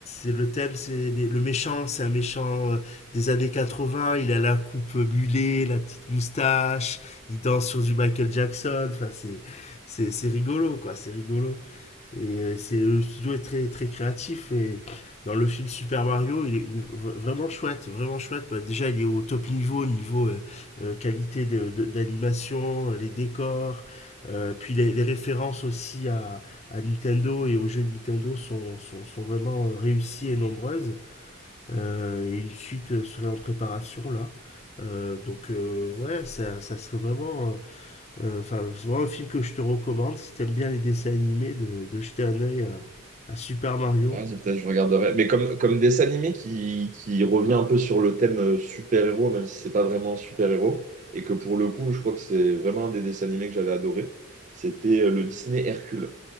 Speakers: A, on the left (about 30°); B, on the right (about 35°).
A: c'est le thème, c'est les- le méchant, c'est un méchant euh, des années 80. Il a la coupe mulet, la petite moustache, il danse sur du Michael Jackson. Enfin, c'est, c'est, c'est rigolo, quoi, c'est rigolo. Et euh, c'est le studio est très très créatif et dans le film Super Mario, il est, il est vraiment chouette, vraiment chouette. Bah, déjà, il est au top niveau, niveau euh, euh, qualité de- de- d'animation, les décors, euh, puis les, les, références aussi à, à, Nintendo et aux jeux de Nintendo sont, sont, sont vraiment euh, réussies et nombreuses. Euh, et une suite euh, serait en préparation là. Euh, donc euh, ouais, ça, ça serait vraiment euh, Enfin, euh, c'est vraiment un film que je te recommande si t'aimes bien les dessins animés, de, de jeter un œil à, à Super Mario.
B: Ouais, c'est peut-être, je regarderai. Mais comme, comme dessin animé qui, qui revient un peu sur le thème euh, super-héros, même si c'est pas vraiment un super-héros, et que pour le coup, je crois que c'est vraiment un des dessins animés que j'avais adoré, c'était euh, le Disney Hercule.